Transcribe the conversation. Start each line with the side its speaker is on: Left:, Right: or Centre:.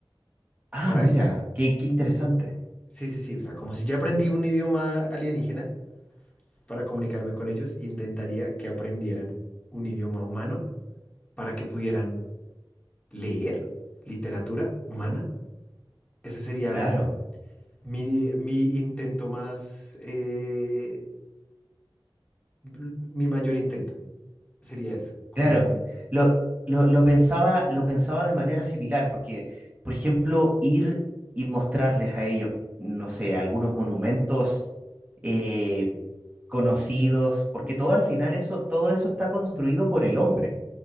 Right: Ah,
Left: Para,
Right: mira, qué, qué interesante.
Left: sí, sí, sí, o sea, como si ya aprendí un idioma alienígena para comunicarme con ellos, intentaría que aprendieran un idioma humano para que pudieran leer literatura humana. Ese sería
Right: Claro.
Left: mi, mi intento más, eh, mi mayor intento. Sería eso, como
Right: Claro, lo, lo, lo pensaba, lo pensaba de manera similar, porque, por ejemplo, ir y mostrarles a ellos, no sé, algunos monumentos eh, conocidos, porque todo al final eso, todo eso está construido por el hombre.